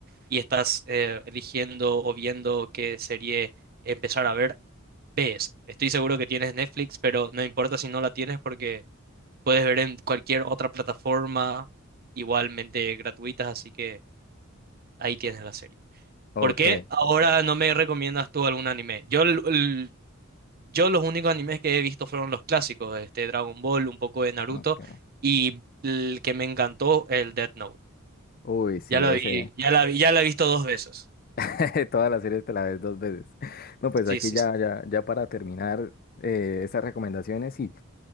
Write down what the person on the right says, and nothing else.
y estás eh, eligiendo o viendo qué serie empezar a ver, ves. Estoy seguro que tienes Netflix, pero no importa si no la tienes porque puedes ver en cualquier otra plataforma igualmente gratuitas, así que ahí tienes la serie.
¿Por qué ahora no me recomiendas tú algún anime? Yo el- el- yo los únicos animes que he visto fueron los clásicos, este Dragon Ball, un poco de Naruto
y el que me encantó, el Death Note.
Ya la
vi, ya la vi- ya la he visto dos veces.
Sí,
sí,
sí.